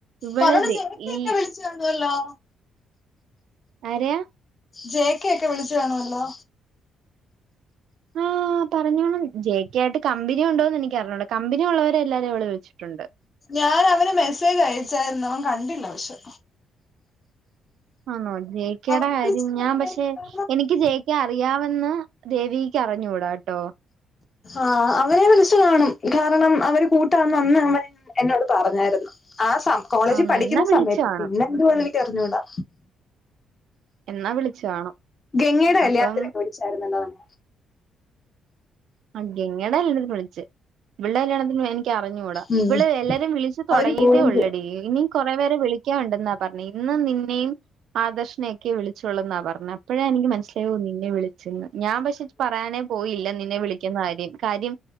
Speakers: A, on the right; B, on the left.
A: ഇവള്
B: പറ <unintelligible>
A: ദേ
B: ചേച്ചി
A: ഈ
B: ന്നേ വിളിച്ചു കാണുവല്ലോ
A: ആരേയ
B: ജേക്കെ ഒക്കെ വിളിച്ചു കാണവല്ലോ
A: ആഹ് പറഞ്ഞോണം ജെ കെ ആയിട്ട് കമ്പനിയൊണ്ടോന്ന് എനിക്ക് അറിഞ്ഞുടാ കമ്പനിയൊള്ളോരെ എല്ലാരേം അവള് വിളിച്ചിട്ടുണ്ട്
B: ഞാനവന് മെസ്സേജ് അയച്ചായിരുന്നു അവൻ കണ്ടില്ല പക്ഷെ
A: ആന്നോ ജെ ക്കേടെ
B: അവനെ
A: കാര്യം
B: വിളിച്ചു കാണുമായിരിക്കുമല്ലോ
A: ഞാൻ പക്ഷെ എനിക്ക് ജേക്കെ അറി അറിയാമെന്ന് ദേവിക്ക് അറിഞ്ഞൂടാട്ടോ
B: ആഹ് അവനെ വിളിച്ചു കാണും കാരണം അവര് കൂട്ടാന്ന് അന്ന <inaudible> എന്നോട് പറഞ്ഞായിരുന്നു ആ സ്സം കോളേജിൽ
A: ആന്നോ
B: പഠിക്കുന്ന
A: എന്നാ വിളിച്ചു
B: സമയത്ത്
A: കാണും
B: പിന്നെ എന്തുവാ ന്നെനിക്ക്റിഞ്ഞൂടാ
A: എന്നാ വിളിച്ചു കാണും
B: ഗംഗെടെ കല്യാണത്തിനൊക്കെ
A: അപ്പം
B: വിളിച്ചായിരുന്നല്ലോ <inaudible>
A: ആഹ് ഗംഗേടെ കല്ല്യാണത്തിന് വിളിച്ച് ഇവിൾടെ കല്യാണത്തിന് എനിക് ക്ക് അറിഞ്ഞൂടാ
B: ഉം
A: ഇവിള് എല്ലാരേം വിളിച്ചു തുടങ്ങീട്ടേ
B: അവര് പോവുകയും ചെയ്തു
A: ഒള്ളെടി ഇനി കുറെ പേരെ വിളിക്കാണ്ടെന്നാ പറഞ്ഞേ ഇന്ന് നിന്നേം ആദർശനേക്കെ വിളിച്ചോള്ളൂന്നാ പറഞ്ഞെ അപ്പോഴെ എനിക്ക് മനസ്സിലാ ഓ നിന്നെ വിളി ചെന്ന് ഞാൻ പക്ഷെ പറയാനേ പോയില്ല നിന്നെ വിളിക്കുന്ന കാര്യം കാര്യം